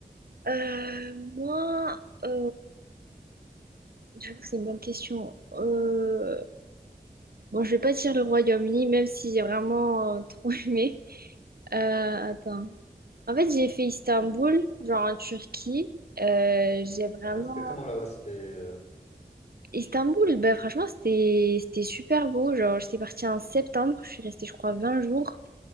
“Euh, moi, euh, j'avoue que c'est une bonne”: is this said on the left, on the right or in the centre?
Right